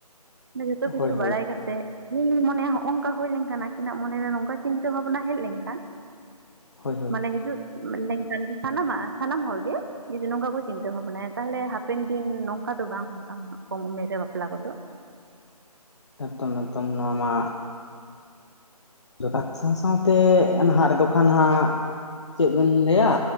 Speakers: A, on the right; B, on the left.
A: ᱢᱟᱱᱮ ᱡᱚᱛᱚ ᱠᱤᱪᱷᱩ
B: ᱦᱳᱭ ᱦᱳᱭ
A: ᱵᱟᱲᱟᱭ ᱠᱟᱛᱮ ᱤᱧ ᱫᱩᱧ ᱢᱚᱱᱮᱭᱟ ᱦᱚᱜ-ᱚᱝ ᱠᱟ ᱦᱩᱭ ᱞᱮᱱ ᱠᱟᱱᱟ ᱟᱹᱠᱤᱱᱟᱜ ᱢᱚᱱᱮᱨᱮ ᱱᱚᱝᱠᱟ ᱪᱤᱱᱛᱟᱹ ᱵᱷᱟᱵᱱᱟ ᱦᱮᱡ ᱞᱮᱱᱠᱷᱟᱱ,
B: ᱦᱳᱭ ᱦᱳᱭ
A: ᱢᱟᱱᱮ ᱦᱤᱡᱩᱜ ᱢᱮᱱᱫᱟᱧ ᱥᱟᱱᱟᱢᱟᱜ ᱥᱟᱱᱟᱢ ᱦᱚᱲ ᱜᱮ᱾ ᱡᱩᱫᱤ ᱱᱚᱝᱠᱟ ᱠᱚ ᱪᱤᱱᱛᱟᱹ ᱵᱷᱟᱵᱱᱟᱭᱟ ᱛᱟᱦᱚᱸᱞᱮ ᱦᱟᱯᱮᱱ ᱫᱤᱱ ᱱᱚᱝᱠᱟ ᱫᱚ ᱵᱟᱝ ᱦᱩᱭᱩᱜ-ᱟ ᱩᱱᱟᱹᱜ ᱠᱚᱢ ᱩᱢᱮᱨ ᱨᱮ ᱵᱟᱯᱞᱟ ᱠᱚᱫᱚ᱾
B: ᱮᱠᱫᱚᱢ ᱮᱠᱫᱚᱢ ᱱᱚᱣᱟ ᱢᱟ ᱡᱚᱛᱷᱟᱛ ᱥᱟᱶ ᱥᱟᱶᱛᱮ ᱱᱟᱦᱟᱸᱜ ᱨᱮᱫᱚ ᱠᱷᱟᱱ ᱦᱟᱸᱜ᱾ ᱪᱮᱫ ᱵᱮᱱ ᱞᱟᱹᱭᱟ